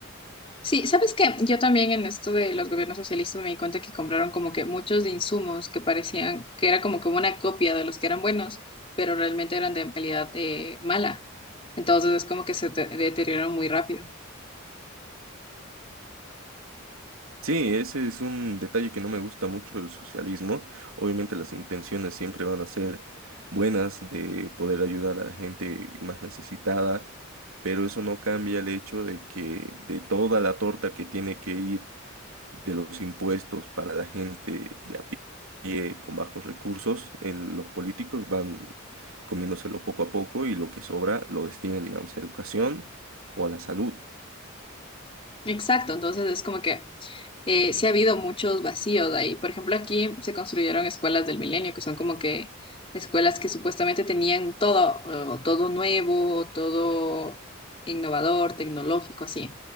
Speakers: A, on the left; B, on the right.
A: Sí, ¿sabes qué? Yo también en esto de los gobiernos socialistas me di cuenta que compraron como que muchos de insumos que parecían que era como que una copia de los que eran buenos, pero realmente eran de calidad eh, mala. Entonces es como que se te- deterioraron muy rápido.
B: Sí, ese es un detalle que no me gusta mucho del socialismo. Obviamente las intenciones siempre van a ser buenas de poder ayudar a la gente más necesitada, pero eso no cambia el hecho de que de toda la torta que tiene que ir de los impuestos para la gente de a pie con bajos recursos, el- los políticos van comiéndoselo poco a poco y lo que sobra lo destinan, digamos, a educación o a la salud.
A: Exacto, entonces es como que eh, sí ha habido muchos vacíos ahí. Por ejemplo, aquí se construyeron escuelas del milenio, que son como que escuelas que supuestamente tenían todo, eh, todo nuevo, todo innovador, tecnológico, así.